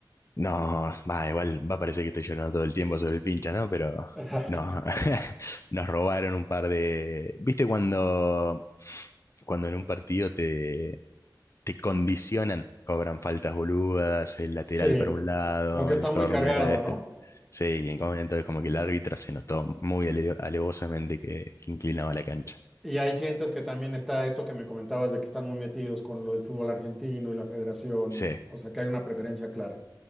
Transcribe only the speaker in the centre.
<laughs> Ajá.
Sí.
Como que está
muy
cargado,
¿no?
Y ahí sientes que también está esto que me comentabas de que están muy metidos con lo del fútbol argentino y la federación,
y- o sea, que hay una preferencia clara.